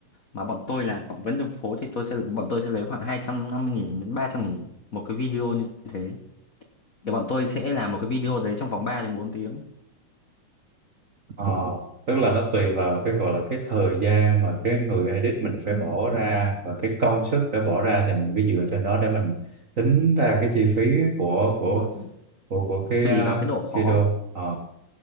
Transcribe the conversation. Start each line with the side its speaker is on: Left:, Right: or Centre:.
Left: mà bọn tôi làm phỏng vấn trong phố thì tôi sẽ bọn tôi sẽ lấy khoảng hai trăm năm mươi nghìn đến ba trăm nghìn một cái video như thế. Thì bọn tôi sẽ làm một cái video đấy trong vòng 3 đến bốn tiếng.
Right: Ờ, tức là nó tùy vào cái gọi là cái thời gian mà cái người edit mình phải bỏ ra và cái công sức phải bỏ ra thì mình cứ dựa trên đó để mình tính ra cái chi phí của
Left: Đúng
Right: của
Left: rồi.
Right: của của cái
Left: Tùy vào cái
Right: uh,
Left: độ khó.
Right: video Ờ,